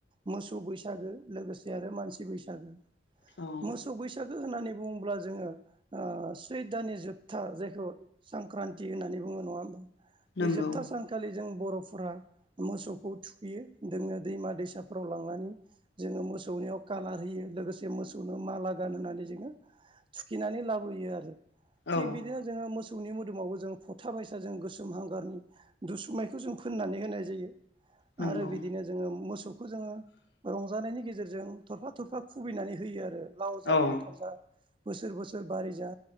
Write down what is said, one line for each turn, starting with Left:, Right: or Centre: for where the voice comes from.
Right: मोसौ बैसागो लोगोसे आरो मानसि बैसागो
Left: औ
Right: मोसौ बैसागो होननानै बुङोब्ला जोङो ओ सैद दाननि जोबथा जायखौ संख्रान्ति होननानै बुङो नङा होमबा बे
Left: नंगौ
Right: जोबथा सान आखालि जों बर'फोरा मोसौखौ थुखैयो जोङो दैमा दैसाफोराव लांनानै जोङो मोसौनियाव कालार होयो लोगोसे मोसौनो माला गान होननानै जोङो थुखिनानै लाबोयो आरो थिग
Left: औ
Right: बिदिनो जोङो मोसनि मोदोमावबो जोङ फथा बायसा जों गोसोम हांगारनि दुसुमायखौ जों फोननानै होनाय जायो
Left: नंगौ
Right: आरो बिदिनो जोङो मोसौखौ जोङो रंजानायनि गेजेरजों थरफा थरफा खुबैनानै होयो आरो लाव जा
Left: औ
Right: फानथाव जा बोसोर बोसोर बारि जा